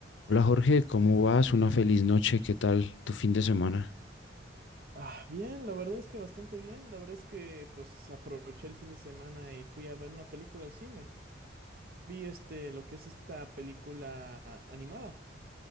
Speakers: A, on the left (about 80°); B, on the right (about 50°).
A: Hola Jorge, ¿cómo vas? Una feliz noche, ¿qué tal tu fin de semana?
B: Ah, bien, la verdad es que bastante bien. La verdad es que pues aproveché el fin de semana y fui a ver una película al cine. Vi este, lo que es esta película animada.